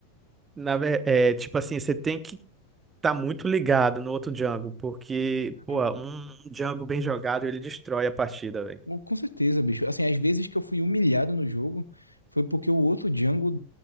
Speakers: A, on the right; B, on the left.
A: na, ver- é tipo assim, você tem que estar muito ligado no outro Django, porque, pô,
B: Hum?
A: um Django bem jogado, ele destrói a partida, velho.
B: Com certeza, bicho. Assim, às vezes que eu fui humilhado no jogo foi porque o outro Django